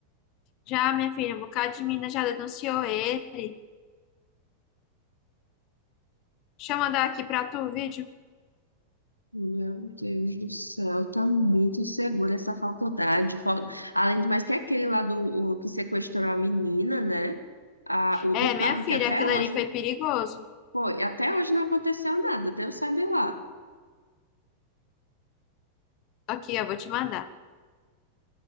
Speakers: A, on the left; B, on the left.
A: Já, minha filha, um bocado de mina já denunciou ele. Deixa eu mandar aqui pra tu o vídeo.
B: meu Deus do céu, tá muito insegura essa faculdade. Fal- Além do mais, tem aquele lá do o que sequestrou a menina, né? Ah, o
A: É,
B: do carro,
A: minha filha,
B: que até
A: aquilo
B: hoje
A: ali foi perigoso.
B: Foi, até hoje não aconteceu nada, Deus sabe lá.
A: Aqui, eu vou te mandar.